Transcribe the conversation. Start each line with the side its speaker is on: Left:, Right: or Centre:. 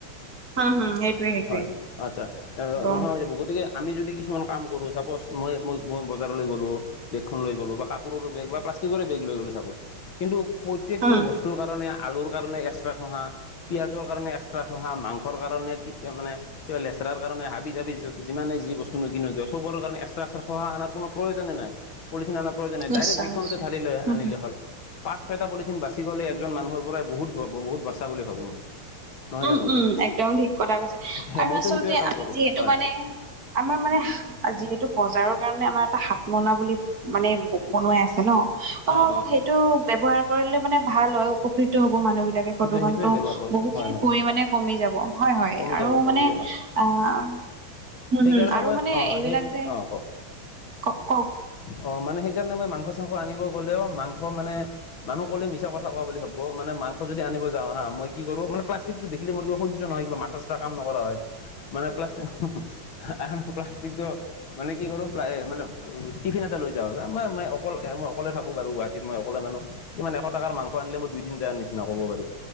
Right: উম হম সেইটোৱে সেইটোৱে
Left: হয়, আচ্ছা অ'
Right: একদম
Left: নহয় <unintelligible> গতিকে আমি যদি কিছুমান কাম কৰো। চাপ'জ মই-মই-মই বজাৰলৈ গ'লো বেগখন লৈ গ'লো বা কাপোৰৰ বেগ বা প্লাষ্টিকৰে বেগ লৈ গ'লো ছাপ'জ। কিন্তু প্ৰত্যেকটো
Right: উম।
Left: বস্তুৰ কাৰণে আলুৰ কাৰণে এক্সট্ৰা থোঙা পিঁয়াজৰ কাৰণে এক্সট্ৰা থোঙা মাংসৰ কাৰণে মানে কিবা লেচৰাৰ কাৰণে হাবি যাবি যিমানেই যি বস্তু নিকিনো চব কাৰণে একস্ত্ৰা একস্ত্ৰা থোঙা অনাৰ কোন প্ৰয়োজনে নাই। পলিথিন অনা প্ৰয়োজনে নাই
Right: নিশ্চয়
Left: ডাইৰেক্ট বেগখনতে
Right: নিশ্চয়
Left: ধালি লৈ
Right: হুম
Left: আনিলে
Right: হুম।
Left: হ'ল। পাঁচ ছয়টা পলিথিন বাচি গ'লে একজন মানুহৰ পৰাই বহুত বহুত বাচা বুলি ভাবো মই। নহয়
Right: উম,
Left: জানো
Right: উম একদম ঠিক কথা কৈছে
Left: সেই
Right: আৰু
Left: মইতো
Right: আচলতে
Left: সেইটোৱে কাম
Right: আমি
Left: কৰোঁ
Right: যিহেতু
Left: হয়
Right: মানে আমাৰ মানে যিহেতু বজাৰৰ কাৰণে আমাৰ এটা হাত মুনা বুলি মানে বনোৱাই আছে ন। অ',
Left: অঁ
Right: হ'ব
Left: অঁ
Right: সেইটো
Left: অঁ
Right: ব্যৱহাৰ কৰিলে মানে ভাল হয় উপকৃত হ'ব মানুহবিলাকে
Left: সেইটো
Right: প্ৰদূষণটো
Left: সেইটোৱে ব্যৱহাৰ হয়, হয়।
Right: <unintelligible> মানে কমি যাব হয় হয়
Left: কমি
Right: আৰু
Left: যাব কমি
Right: মানে
Left: যাব
Right: আহ হম,
Left: সেইকাৰণে
Right: হম আৰু
Left: মই
Right: মানে
Left: অঁ
Right: এইবিলাক
Left: সেই
Right: যে
Left: অঁ কওক
Right: ক-কওঁক।
Left: অ মানে সেইকাৰণে মই মাংস চাংস আনিব গ'লেও মাংস মানে। মানুহ ক'লে মিছা কথা কোৱা বুলি ভাবব মানে মাংস যদি আনিব যাওঁ হা মই কি কৰো মানে। প্লাষ্টিকটো দেখিলে মোৰ কিবা সহ্ নয় কিবা মাথা চাথা কাম নকৰা হয় মানে প্লাষ্ট। আহা হা প্লাষ্টিকটো মানে কি কৰোঁ মানে। টিফিন লৈ যাওঁ হৈছে আ মই মই অকল মই অকলে থাকো বাৰু গুৱাহাটীত মই অকলে মানুহ। কিমান এশ টকাৰ মাংস আনিলে মই দুইদিন যাৰ নিচিনা ক'ব পাৰি